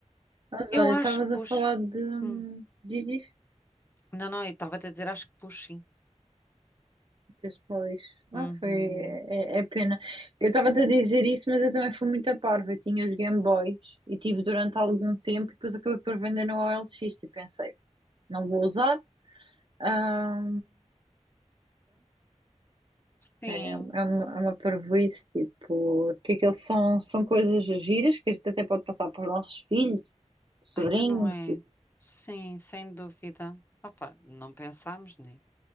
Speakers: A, on the right (about 45°); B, on the left (about 15°).
A: Mas
B: Eu
A: olha,
B: acho
A: estavas
B: que pus.
A: a falar de. hum,
B: Hum.
A: Diz, diz,
B: Não, não, eu estava a dizer, acho que pus sim.
A: tens falado isso.
B: Uhum.
A: Ah, foi. É, é pena. Eu estava-te a dizer isso, mas eu também fui muito a parva. Eu tinha os Game Boys e tive durante algum tempo e depois acabei por vender no OLX e pensei, não vou usar. ah,
B: Sim.
A: É, é uma, é uma parvoíce, tipo, que aquilo são, são coisas giras que a gente até pode passar para os nossos filhos, sobrinhos,
B: Ai, então não é? Sim, sem dúvida. Opa, não pensámos, né?